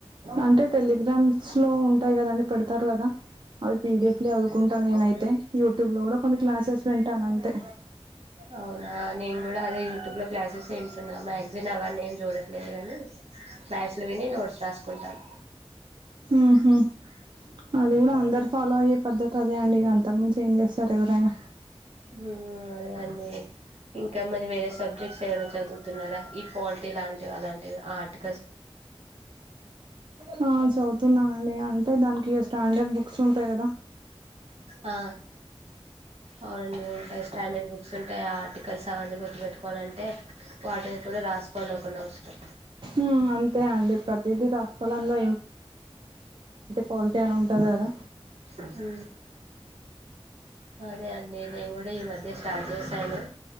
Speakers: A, on the right; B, on the right.
A: అంటే టెలిగ్రామ్స్ లో ఉంటాయి కదండి పెడతారు కదా అవి పీడిఎఫ్ లే చదువుకుంటాను నేనైతే యూట్యూబ్ లో కూడా కొన్ని క్లాసెస్ వింటాను అంతే
B: అవునా నేను కూడా అదే యూట్యూబ్ లో క్లాసెస్ ఏ వింటున్నా మ్యాగ్జైన్ అవన్నీ ఏం చూడట్లేదు గానీ బ్యాథ్స్లో విని నోట్స్ రాసుకుంటాను
A: ఉహు అది గూడా అందర్ ఫాలో అయ్యే పద్ధతి అదే అండి ఇగ అంతకు మించి ఏం చేస్తారు ఎవరైనా
B: ఉహు అదే అండి ఇంకా మరి వేరే సబ్జెక్ట్స్ ఏమైనా చదువుతున్నారా ఈ పాలిటీ లాంటివి అలాంటి ఏదో ఆర్ట్
A: హా చదుతున్నానండి అన్ అంటే దానికి ఇగ స్టాండర్డ్ బుక్స్ ఉంటాయి గదా
B: ఆ అవునండి ఉంటాయి స్టాండర్డ్ బుక్స్ ఉంటాయి ఆర్టికల్స్ అవన్నీ గుర్తుపెట్టుకోవాలంటే వాటిని కూడా రాసుకోవాలి ఒక నోట్స్ లో
A: ఉమ్ అంతే అండి ప్రతిదీ రాసుకోలంలో పోల్టీ అని ఉంటది గదా
B: ఉహు అదే అండి నేను గుడ్ అంటే ఈ మధ్య స్టార్ట్ చేశాను